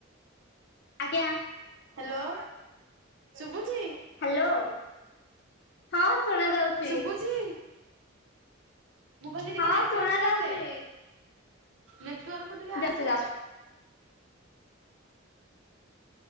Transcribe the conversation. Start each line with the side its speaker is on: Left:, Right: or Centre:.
Left: ଆଜ୍ଞା
Right: ହାଲୋ ଶୁଭୁଚି?
Left: ହ୍ୟାଲୋ। ହଁ ଶୁଣା ଯାଉଛି।
Right: ଶୁଭୁଚି? ମୁଁ କହିଲି ଟିକେ
Left: ହଁ
Right: ନେଟୱାର୍କକୁ
Left: ଶୁଣା ଯାଉଛି
Right: ଆସେ, ନେଟୱାର୍କକୁ ଟିକେ ଆସେ।
Left: ଯାଉଛି ଯାଉଛି